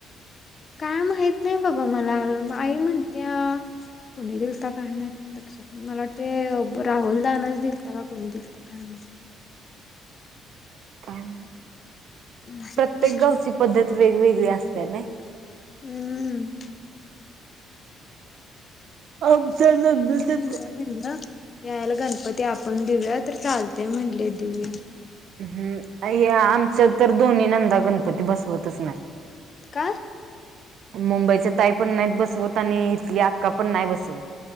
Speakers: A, on the left; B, on the right.
A: काय माहीत नाही बघा मला. आई म्हणतेया कोणी दिलता काय माहीत? लक्षात नाही. मला वाटते राहुल दानच दिलत का कोणी दिलता? काय माहीत?
B: काय माहीत?
A: माझ्या
B: प्रत्येक
A: पण लक्षात
B: गावची
A: नाही.
B: पद्धत वेगवेगळी असतेया नाही.
A: अं.
B: आम <unintelligible>
A: ह्यांना म्हणलं यावेळेला गणपती आपण देऊया तर चालतय म्हणले देऊया.
B: हम्म. आणि आमच तर दोन्ही नणदा गणपती बसवतच नाही.
A: काय?
B: मुंबईच्या ताई पण नाहीत बसवत. आणि इथली अक्का पण नाही बसवत.